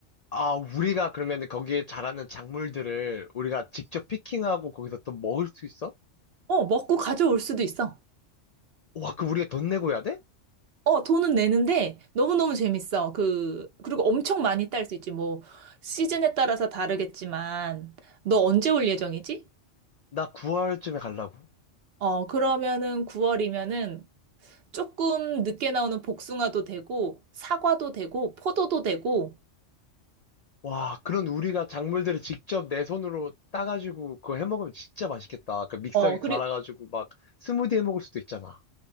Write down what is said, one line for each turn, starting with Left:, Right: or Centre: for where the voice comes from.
Left: 아, 우리가 그러면 거기에 자라는 작물들을 우리가 직접 피킹하고 거기서 또 먹을 수 있어?
Right: 어, 먹고 가져올 수도 있어.
Left: 와, 그 우리가 돈 내고 해야 돼?
Right: 어, 돈은 내는데 너무너무 재밌어. 그, 그리고 엄청 많이 딸 수 있지. 뭐, 시즌에 따라서 다르겠지만, 너 언제 올 예정이지?
Left: 나 9월쯤에 가려고.
Right: 어, 그러면은 9월이면은 조금 늦게 나오는 복숭아도 되고, 사과도 되고, 포도도 되고,
Left: 와, 그런 우리가 작물들을 직접 내 손으로 따가지고 그거 해 먹으면 진짜 맛있겠다. 그 믹서기
Right: 어,
Left: 갈아가지고
Right: 그리,
Left: 막 스무디 해 먹을 수도 있잖아.